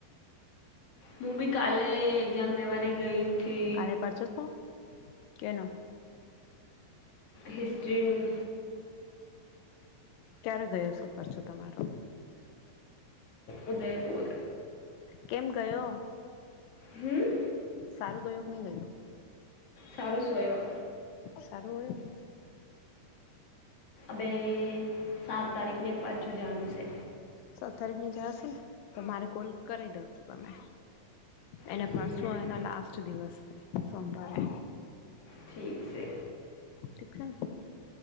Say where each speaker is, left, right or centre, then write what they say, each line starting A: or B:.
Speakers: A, on the left; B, on the left.
A: હું બી કાલે એક્ઝામ લેવાને ગઈ હતી
B: કાલે પડસો શું કેનો
A: હિસ્ટ્રીનું
B: ક્યારે ગયો છે પરચો તમારો
A: ઉદયપુર
B: કેમ ગયો
A: હમ
B: સારું ગયું કે નઈ ગયો
A: સારું સોરો
B: સારું હોયું
A: બે સાત તારીખને પાછું જાણું છે
B: સાત તારીખ ને જશે ને તો મારે કોલ કરી દઉસું તમે એના
A: હમ
B: પરસો એના લાસ્ટ દિવસ છે સોમવારે
A: ઠીક છે
B: ઠીક છે ને